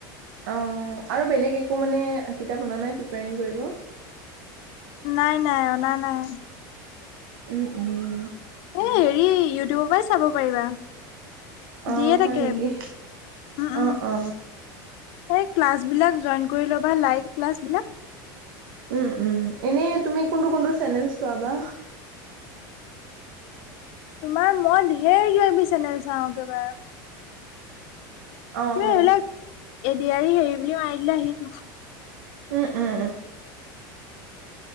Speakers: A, on the right; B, on the left.
A: অ' আৰু বেলেগ একো মানে কিতাপ অনা নাই প্ৰিপিয়াৰিং কৰিব?
B: নাই, নাই অনা নাই।
A: উম উম।
B: হেই হেৰি ইউটিউবৰ পৰাই চাব পাৰিবা।
A: অ
B: দিয়ে
A: হয়
B: থাকে
A: নেকি
B: উম, উম।
A: অ অ
B: সেই ক্লাছ বিলাক জইন কৰি ল'বা লাইভ ক্লাছ বিলাক।
A: উম, উম এনেই তুমি কোনটো কোনটো চেনেল চোৱা বা?
B: তোমাৰ মই ধেৰ কিবা কিবি চেনেল চাও একেবাৰে
A: অ'
B: তুমি
A: অ'।
B: এইবিলাক এডিয়াৰী হেৰি বুলিও মাৰি দিলে আহিব।
A: উ-উম।